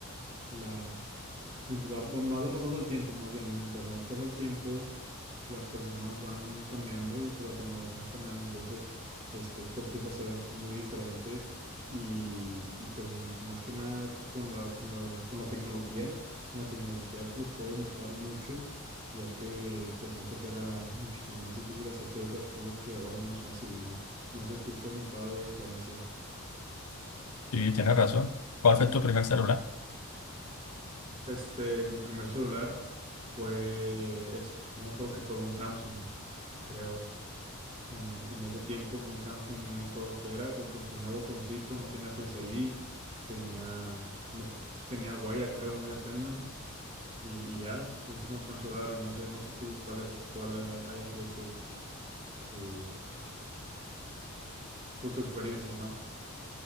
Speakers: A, on the right; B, on the left.
A: la, Mientras va- va- más va pasando el tiempo, más bien, mientras más pasa el tiempo, las personas van cambiando y pues la tecnología va cambiando. Entonces, este, esto empieza a ser muy diferente y, y pues m- más que nada con la, con la, con la tecnología, con la tecnología lo puedes notar mucho, ya que pues antes era muchísimo más difícil hacer ciertas cosas que ahora es más fácil, ¿no? No sé tú qué has notado de diferencia.
B: Sí, tienes razón. ¿Cuál fue tu primer celular?
A: Este, mi primer celular fue, es- no me acuerdo que fue un Samsung, creo. En, en ese tiempo fue un Samsung, no me acuerdo qué era, pero pues tenía botoncito, no tenía Face ID, tenía, no, tenía huella, creo, muy apenas. Y, y ya, ese fue mi primer celular y no sé, no sé tú cuál es, cuál ha- haya sido tu, tu, pues tu experiencia, ¿no?